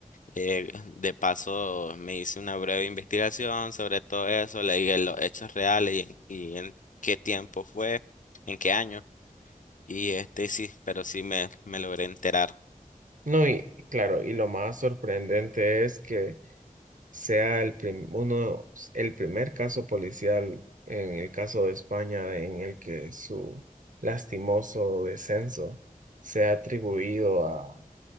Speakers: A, on the left (about 65°); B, on the right (about 65°).
A: eh, de paso me hice una breve investigación sobre todo eso, leí en los hechos reales y, en y en qué tiempo fue, en qué año y este sí, pero sí me, me logré enterar.
B: No, y claro, y lo más sorprendente es que sea el prim- uno, el primer caso policial en el caso de España en el que su lastimoso descenso sea atribuido a,